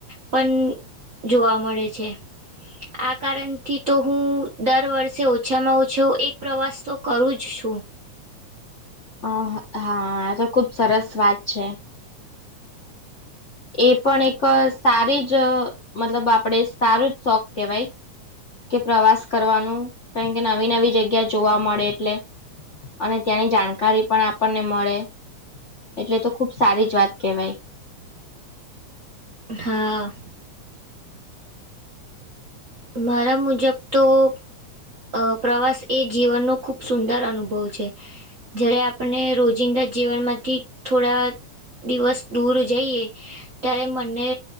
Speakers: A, on the right; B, on the left.
A: પણ જોવા મળે છે આ કારણથી તો હું દર વર્ષે ઓછામાં ઓછ છો એક પ્રવાસ તો કરું જ છું.
B: આ હા આ તો ખુબ સરસ વાત છે. એ પણ એક સારી જ મતલબ આપડે સારું જ શોખ કેહેવાય. કે પ્રવાસ કરવાનું કારણ કે નવી નવી જગ્યા જોવા મળે એટલે. અને ત્યાંની જાણકારી પણ આપણને મળે. એટલે તો ખુબ સારી જ વાત કેવાય.
A: હા. મારા મુજબ તો અ પ્રવાસ એ જીવનનો ખૂબ સુંદર અનુભવ છે. જ્યારે આપણને રોજિંદા જીવનમાંથી થોડા દિવસ દૂર જઈએ ત્યારે મને